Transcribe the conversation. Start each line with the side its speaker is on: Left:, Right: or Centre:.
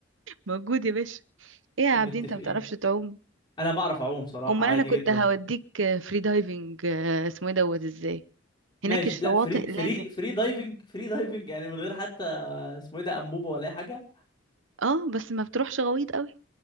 Right: موجود يا باشا ايه يا عابدين
Left: متفقين
Right: انت ما بتعرفش تعوم
Left: انا بعرف اعوم صراحه
Right: امال
Left: عادي
Right: انا كنت
Left: جدا
Right: هوديك فري دايفنج آه، اسمه ايه دوت ازاي
Left: ماشي
Right: هناك الشواطئ
Left: لا فري فري
Right: لازم
Left: فري دايفنج فري دايفنج يعني من غير حتى اسمه ايه ده انبوبه ولا اي حاجه
Right: اه بس ما بتروحش غويط قوي